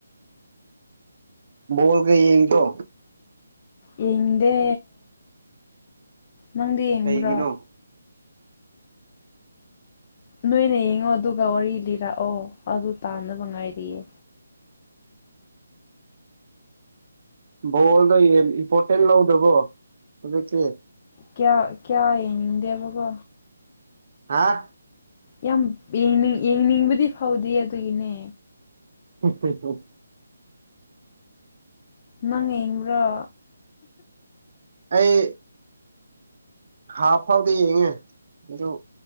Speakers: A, on the right; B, on the left.
A: ꯕꯣꯜꯒ ꯌꯦꯡꯗ꯭ꯔꯣ
B: ꯌꯦꯡꯗꯦ ꯅꯪꯗꯤ ꯌꯦꯡꯕ꯭ꯔꯣ
A: ꯀꯩꯒꯤꯅꯣ
B: ꯅꯣꯏꯅ ꯌꯦꯡꯉꯣ ꯑꯗꯨꯒ ꯋꯥꯔꯤ ꯂꯤꯔꯛꯑꯣ ꯑꯗꯨ ꯇꯥꯅꯕ ꯉꯥꯏꯔꯤꯌꯦ
A: ꯕꯣꯜꯗꯣ ꯌꯦꯡ ꯏꯝꯄꯣꯔꯇꯦꯟ ꯂꯧꯗ꯭ꯔꯕꯣ ꯍꯧꯖꯤꯛꯇꯤ
B: ꯀꯌꯥ ꯀꯌꯥ ꯌꯦꯡꯅꯤꯡꯗꯦꯕ ꯀꯣ
A: ꯍꯥ
B: ꯌꯥꯝ ꯌꯦꯡꯅꯤꯡ ꯌꯦꯡꯅꯤꯡꯕꯗꯤ ꯐꯥꯎꯗꯤꯌꯦ ꯑꯗꯨꯒꯤꯅꯦ
A: <unintelligible> ꯗꯣꯛ
B: ꯅꯪ ꯌꯦꯡꯕ꯭ꯔꯣ
A: ꯑꯩ ꯍꯥꯞ ꯐꯥꯎꯗꯤ ꯌꯦꯡꯉꯦ ꯑꯗꯨ